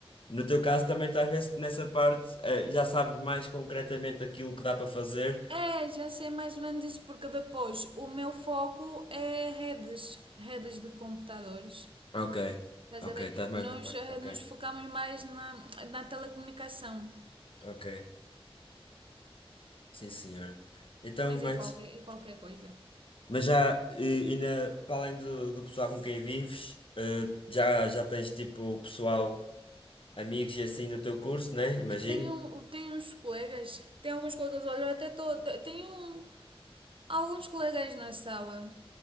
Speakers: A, on the left; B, on the right.
A: E no teu caso também estás nesse- nessa parte, eh, já sabes mais concretamente aquilo que dá para fazer.
B: É, já sei mais ou menos isso, porque depois o meu foco é redes, redes de computadores.
A: Ok,
B: Estás
A: ok,
B: a ver?
A: estás mais
B: Nós
A: na parte.
B: eh,
A: Ok,
B: nos focamos mais na, na telecomunicação,
A: ok, sim senhora. Então,
B: mas
A: mas,
B: é qualquer, é qualquer coisa.
A: mas já, eh, ainda, para além do, do pessoal com quem vives, eh, já, já tens tipo pessoal, amigos e assim do teu curso, né? Imagino.
B: Tenho, tenho uns colegas, tenho alguns colegas, olha, eu até tô, tenho alguns colegas na sala